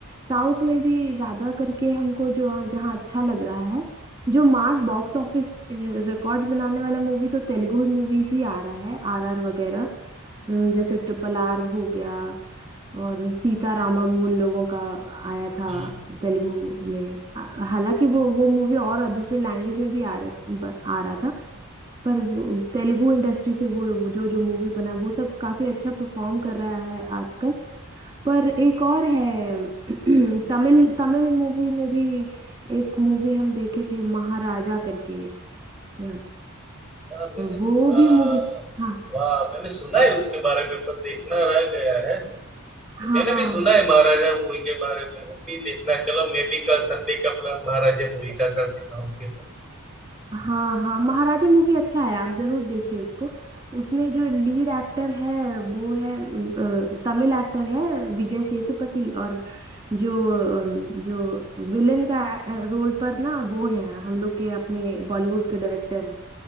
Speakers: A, on the right (about 15°); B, in the centre.
A: साउथ में भी ज्यादा करके हमको जो हाँ, जहाँ अच्छा लग रहा है जो मास बॉक्स ऑफिस रिकॉर्ड्स बनाने वाला मूवी तो तेलुगु मूवीज ही आ रहा है आरआर वगैरह अम, जैसे ट्रिपल आर हो गया और सीतारामम उन लोगों का आया था
B: हम्म
A: तेलुगु में आ- हालांकि वो वो मूवी और दूसरे लैंग्वेज में भी आ रहा आ रहा था पर वो तेलुगु इंडस्ट्री से वो वो जो जो मूवी बना वो सब काफी अच्छा परफॉर्म कर रहा है आजकल पर एक और है <clears throat> तमिल तमिल मूवी में भी एक मूवी हम देखे थे महाराजा करके हम्म,
B: हाँ मैंने
A: वो
B: आ,
A: भी मूवी हाँ
B: वाह मैंने सुना है उसके बारे में पर देखना रह गया है
A: हाँ
B: मैंने भी सुना है महाराजा मूवी के बारे में वो भी देखना चलो मैं भी कल संडे का प्लान महाराजा मूवी का कर देता हूँ फिर
A: हाँ हाँ महाराजा मूवी अच्छा है आप जरूर देखिए उसको उसमें जो लीड एक्टर है वो है अम, अ, तमिल एक्टर है विजय सेतुपति और जो अम, जो विलेन का रोल पर ना वो है हम लोग के अपने बॉलीवुड के डायरेक्टर